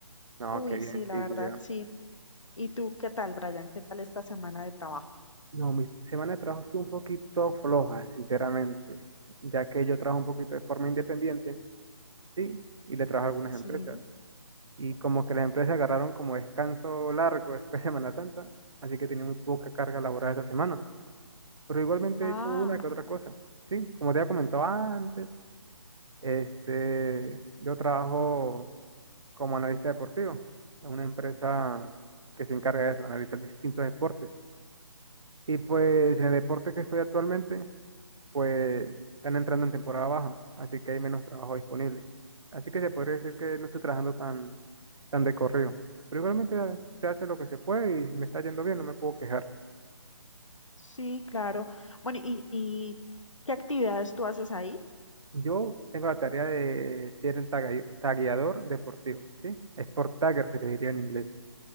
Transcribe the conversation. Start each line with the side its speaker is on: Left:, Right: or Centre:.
Right: No,
Left: Uy,
Right: qué bien,
Left: sí, la
Right: sí,
Left: verdad,
Right: sí, ya.
Left: sí. ¿Y tú qué tal, Brian? ¿Qué tal esta semana de trabajo?
Right: No, mi semana de trabajo estuvo un poquito floja, sinceramente, ya que yo trabajo un poquito de forma independiente, sí, y le trabajo a algunas
Left: Sí.
Right: empresas. Y como que las empresas agarraron como descanso largo después de Semana Santa, así que tenía muy poca carga laboral esta semana. Pero igualmente
Left: Ah,
Right: he hecho una que otra cosa. Sí, como te había comentado antes, Este, yo trabajo como analista deportivo en una empresa que se encarga de eso, analizar distintos deportes. Y pues en el deporte que estoy actualmente, pues están entrando en temporada baja, así que hay menos trabajo disponible. Así que se podría decir que no estoy trabajando tan, tan de corrido. Pero igualmente eh, se hace lo que se puede y me está yendo bien, no me puedo quejar.
Left: sí, claro. Bueno, ¿y, y qué actividades tú haces ahí?
Right: Yo tengo la tarea de ser el tagui- tagueador deportivo, ¿sí? Sport tagger se le diría en inglés.